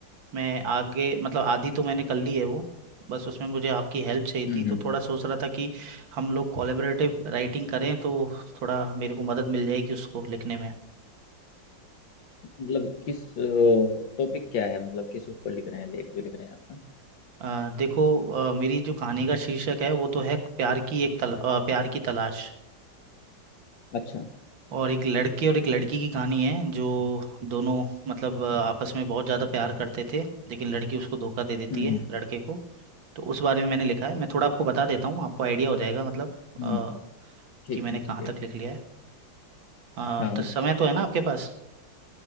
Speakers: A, on the right; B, on the left.
A: मैं आगे मतलब आधी तो मैंने कर ली है वो बस उसमें मुझे आपकी हेल्प चाहिए
B: हम्म
A: थी तो
B: हम्म।
A: थोड़ा सोच रहा था कि हम लोग कोलेबरेटिव राइटिंग करें तो थोड़ा मेरे को मदद मिल जाएगी उसको लिखने में
B: मतलब किस टॉपिक क्या है मतलब किस उस पर लिख रहे हैं लेख जो लिख रहे हैं आप
A: अ, देखो अ, मेरी जो कहानी का शीर्षक है वो तो है प्यार की एक तला, अ, प्यार की तलाश
B: अच्छा
A: और एक लड़के और एक लड़की की कहानी है जो दोनों मतलब अ, आपस में बहुत ज़्यादा प्यार करते थे लेकिन लड़की उसको धोखा दे देती
B: हम्म हम्म,
A: है लड़के को तो उस बारे में मैंने लिखा है
B: अच्छा
A: मैं थोड़ा आपको बता देता हूँ आपको आइडिया हो जाएगा मतलब
B: हम्म
A: अ,
B: ठीक
A: कि मैंने
B: है ठीक
A: कहाँ
B: है
A: तक लिख लिया है अ,
B: हाँ
A: तो समय तो है ना आपके पास